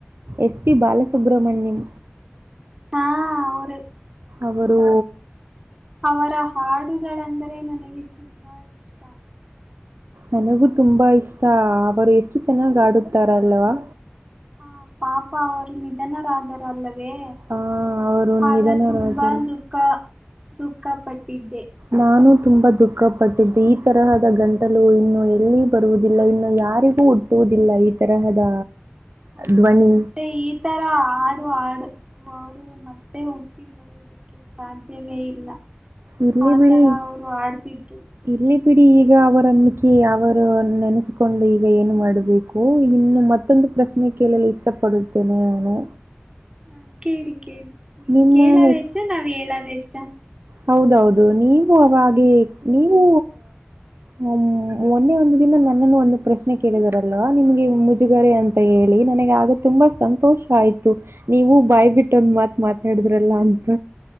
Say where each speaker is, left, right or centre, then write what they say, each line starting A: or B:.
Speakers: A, on the right; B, on the right.
A: S P Balasubrahmanyam
B: ಹಾ ಅರೇ
A: ಅವರು
B: ಅವರ ಹಾಡುಗಳೆಂದರೆ ನನಗೆ ತುಂಬಾ ಇಷ್ಟ
A: ನನಗೂ ತುಂಬಾ ಇಷ್ಟ ಅವರು ಎಷ್ಟು ಚೆನ್ನಾಗ್ ಆಡುತ್ತಾರಲ್ವಾ
B: ಹಾ ಪಾಪ ಅವರು ನಿಧನರಾದರಲ್ಲವೇ
A: ಆ ಅವರು
B: ಆಗ
A: ನಿಧನರಾದರು
B: ತುಂಬಾ ದುಃಖ ದುಃಖ ಪಟ್ಟಿದ್ದೆ
A: ನಾನು ತುಂಬಾ ದುಃಖ ಪಟ್ಟಿದ್ದೆ ಈ ತರಹದ ಗಂಟಲು ಇನ್ನು ಎಲ್ಲಿ ಬರುವುದಿಲ್ಲ ಇನ್ನು ಯಾರಿಗೂ ಕಟ್ಟುವುದಿಲ್ಲ ಈ ತರಹದ
B: ಹಾ
A: ಧ್ವನಿ
B: ಮತ್ತೆ ಈ ತರ ಆಾಡು ಆಡು ರು ಮತ್ತೆ ಹುಟ್ಟಿ ಬರುವುದಕ್ಕೆ ಸಾಧ್ಯವೇ ಇಲ್ಲ
A: ಇಲ್ಲಿ
B: ಆ
A: ಬಿಳಿ
B: ತರ ಅವರು ಆಡ್ತಿದ್ರು
A: ಇಲ್ಲಿ ಬಿಡಿ ಈಗ ಅವರಖಿ ಅವರು ನೆನೆಸಿಕೊಂಡು ಈಗ ಏನು ಮಾಡಬೇಕು ಇನ್ನು ಮತ್ತೆ ಮತ್ತೊಂದು ಪ್ರಶ್ನೆ ಕೇಳಲು ಇಷ್ಟಪಡುತ್ತೇನೆ ನಾನು
B: ಹಾ ಕೇಳಿ ಕೇಳಿ ನೀವ್
A: ನಿಮ್ಮ
B: ಕೇಳದ ಹೆಚ್ಚ ನಾವ್ ಹೇಳದ ಹೆಚ್ಚ
A: ಹೌದೌದು ನೀವು ಅವಾಗೆ ನೀವು ಹ ಮೊನ್ನೆ ಒಂದು ದಿನ ನನ್ನನ್ನು ಒಂದು ಪ್ರಶ್ನೆ ಕೇಳಿದಾರಲ್ಲವಾ ನಿಮ್ಗೆ ಮುಜುಗರೆ ಅಂತ ಅಂತ ಹೇಳಿ ನನಗೆ ಆಗ ತುಂಬಾ ಸಂತೋಷ ಆಯ್ತು ನೀವು ಬಾಯ್ ಬಿಟ್ಟೊಂದ್ ಮಾತ್ ಮಾತಾಡಿದ್ರಲ್ಲ ಅಂತ